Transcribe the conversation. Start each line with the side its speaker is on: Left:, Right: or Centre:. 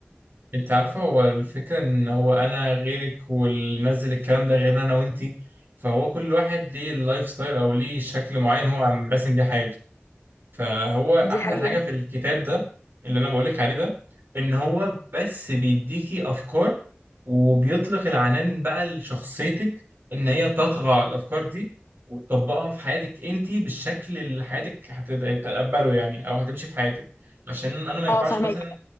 Right: انت عارفه هو الفكره ان هو انا غيرك واللي نزل الكلام ده غيرنا انا وانتي فهو كل واحد ليه اللايف ستايل او ليه شكل معين هو عم راسم بيه حياته فهو
Left: دي
Right: احلى
Left: حقيقه
Right: حاجه في الكتاب ده اللي انا بقولك عليه ده ان هو بس بيديكي افكار وبيطلق العنان بقى لشخصيتك ان هي تطغى على الافكار دي وتطبقها في حياتك انت بالشكل اللي حياتك هتتقبله يعني او هتمشي في حياتك عشان انا ما ينفعش
Left: اه فهماك
Right: مثلا